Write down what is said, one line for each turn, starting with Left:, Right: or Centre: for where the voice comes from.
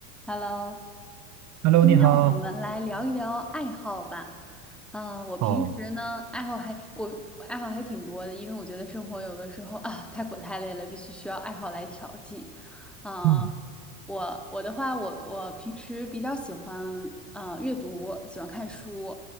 Centre: Hello，
Right: Hello，
Centre: 今天我们来聊一聊爱好吧。
Right: 你好。
Centre: 啊、我平时呢，
Right: 好，
Centre: 爱好还我我爱好还挺多的，因为我觉得生活有的时候啊太苦太累了，必须需要爱好来调剂。啊、
Right: 嗯
Centre: 我我的话，我我平时比较喜欢呃阅读，喜欢看书。